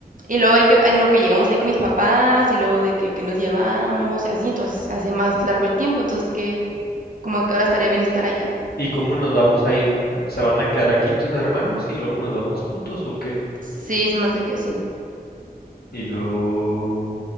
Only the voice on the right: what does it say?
Y luego hay que, en lo que llegamos ahí con mis papás y luego de que, que nos llevamos y así, entonces se hace más largo el tiempo, entonces que, como a qué hora estaría bien estar allá.
Sí, se me hace que sí.